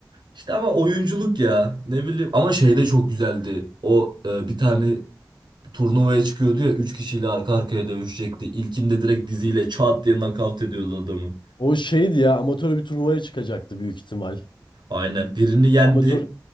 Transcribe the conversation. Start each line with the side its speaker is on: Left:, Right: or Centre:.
Right: İşte ama oyunculuk ya. Ne bileyim. Ama şey de çok güzeldi. O e, bir tane turnuvaya çıkıyordu ya. Üç kişiyle arka arkaya dövüşecekti. İlkinde direkt diziyle çat diye nakavt ediyordu adamı.
Left: o şeydi ya amatör bir turnuvaya çıkacaktı büyük ihtimal
Right: Aynen. Birini yendi.
Left: amatör